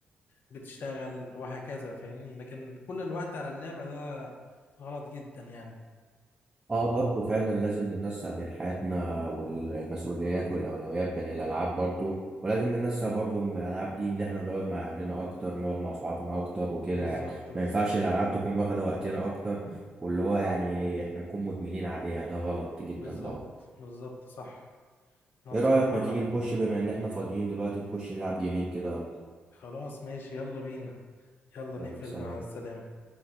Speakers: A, on the left; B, on the right.
A: بتشتغل وهكذا فاهمني لكن كل الوقت على اللعبة ده غلط جدا يعني
B: اه برضه فعلا لازم ننسق بين حياتنا والمسؤوليات والاولويات بين الالعاب برضه ولازم ننسق برضه من الالعاب دي ان احنا نقعد مع اهلنا اكتر نقعد مع اصحابنا اكتر وكده
A: بالظبط
B: يعني
A: بالظبط
B: ما ينفعش الالعاب تكون واخده وقتنا اكتر واللي هو يعني احنا نكون مدمنين عليها ده غلط جدا
A: بالظبط
B: طبعا
A: بالظبط صح انا
B: ايه
A: بصراحة
B: رايك ما تيجي نخش بما ان احنا فاضيين دلوقتي نخش نلعب جيمين كده
A: خلاص ماشي يلا بينا يلا نقفل
B: يلا سلام
A: مع السلامة